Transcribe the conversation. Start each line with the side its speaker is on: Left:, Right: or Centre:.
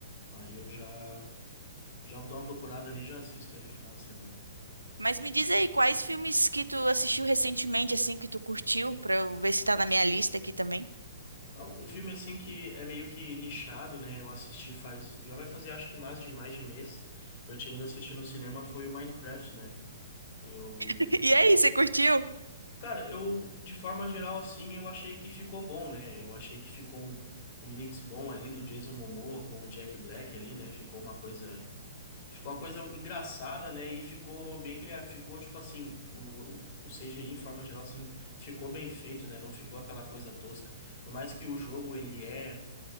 Left: Aí eu já já dou uma procurada ali, e já assisto ele final de semana.
Right: Mas me diz aí, quais filmes que tu assistiu recentemente, assim, que tu curtiu, pra eu ver se tá na minha lista aqui também.
Left: Não, Um filme assim que é meio que nichado, né? Eu assisti faz, já vai fazer acho que mais de mais de mês. Eu tinha ido assistir no cinema foi o Minecraft, né? Eu
Right: <laughs> E aí, você curtiu?
Left: Cara, eu, de forma geral, assim, eu achei que ficou bom, né? Eu achei que ficou um, um mix bom ali do Jason Momoa com o Jack Black ali, né? Ficou uma coisa, ficou uma coisa engraçada, né? E ficou bem criado, ficou tipo assim, o, o o CGI em forma geral, assim, ficou bem feito, né? Não ficou aquela coisa tosca. Por mais que o jogo, ele é,